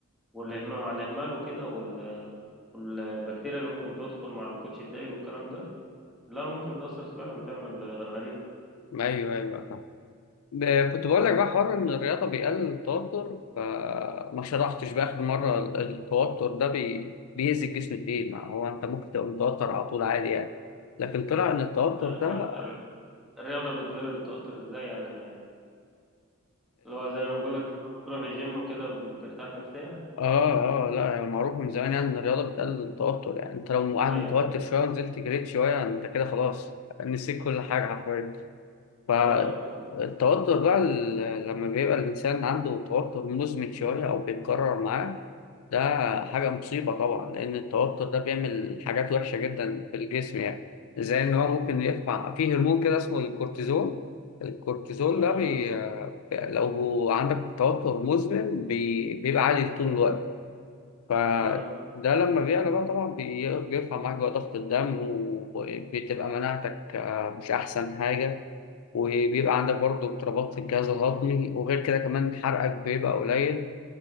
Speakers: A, in the centre; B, on the left.
A: والاهمال على الاهمال وكده وال- والبكتيريا اللي ممكن تدخل مع الكوتش الدايج والكلام ده لا ممكن تأثر فعلا تعمل غرغرين
B: ايوه ايوه صح ب- كنت بقول لك بقى حوار ان الرياضه بيقلل التوتر فما شرحتش بقى اخر مره ال- التوتر ده بي... بيأذي الجسم في ايه ما هو انت ممكن تبقى متوتر على طول عادي يعني لكن طلع ان التوتر
A: لا
B: ده
A: هو الر- الرياضة بتقلل التوتر ازاي يعني اللي هو زي ما بقولك لما تروح الجيم وكده بترتاح نفسيا
B: اه اه لا يعني معروف من زمان يعني ان الرياضه بتقلل التوتر يعني انت لو قاعد
A: ايوه
B: متوتر
A: ايوه
B: شويه ونزلت جريت شويه انت كده خلاص نسيت كل حاجه حرفيا فالتوتر
A: ايوه فاهمك اه
B: بقى ال- لما بيبقى الانسان عنده توتر مزمن شويه او بيتكرر معاه ده حاجه مصيبه طبعا لان التوتر ده بيعمل حاجات وحشه جدا في الجسم يعني زي ان هو ممكن يرفع فيه هرمون كده اسمه الكورتيزون الكورتيزون
A: آه،
B: ده بي...
A: س-
B: لو عندك توتر مزمن بي... بيبقى عالي طول الوقت فده
A: تمام
B: لما بيعلى بقى طبعا بي- بيرفع معاك بقى ضغط الدم وبتبقى مناعتك آه، مش أحسن حاجة وبيبقى عندك برضه اضطرابات في الجهاز الهضمي وغير كده كمان حرقك بيبقى قليل